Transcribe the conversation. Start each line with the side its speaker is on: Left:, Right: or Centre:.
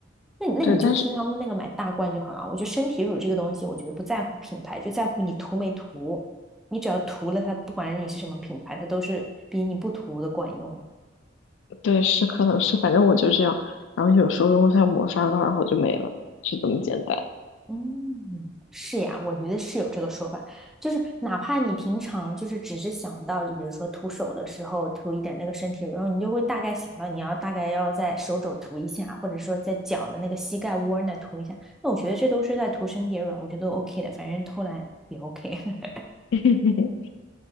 Centre: 那那你就听他们那个买大罐就好了。
Left: 对，但是
Centre: 我觉得身体乳这个东西，我觉得不在乎品牌，就在乎你涂没涂。你只要涂了它，不管你是什么品牌，它都是比你不涂的管用。
Left: 对是可能是，反正我就这样，然后有时候用一下磨砂膏，然后就没了，是这么简单。
Centre: 嗯，是呀，我觉得是有这个说法，就是哪怕你平常就是只是想到，就比如说涂手的时候涂一点那个身体乳，然后你就会大概想到你要大概要在手肘涂一下，或者说在脚的那个膝盖窝儿那涂一下，那我觉得这都是在涂身体乳啊我觉得都 OK 的，反正偷懒也 OK <laughs>。
Left: <laughs>